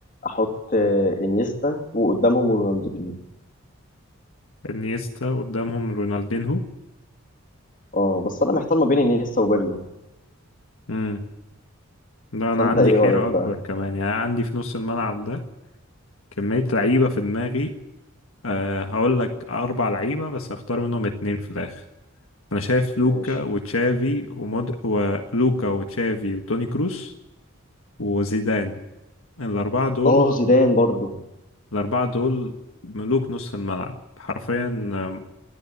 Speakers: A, on the left; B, on the left.
A: احط آه، انيستا وقدامهم رونالدينيو
B: انيستا قدامهم رونالدينهو
A: اه بس انا محتار ما بين انيستا وبيرلو
B: امم ده انا
A: فانت
B: عندي
A: ايه
B: حيرة
A: رايك بقى
B: اكبر كمان يعني أنا عندي في نص الملعب ده كمية لعيبة في دماغي أه هقول لك اربع لعيبة بس هختار منهم اتنين في الاخر انا شايف لوكا
A: ماشي
B: وتشافي ومود ولوكا وتشافي وتوني كروس وزيدان الاربعة دول
A: اه زيدان برضو
B: الأربعة دول ملوك نصف الملعب حرفيا آم،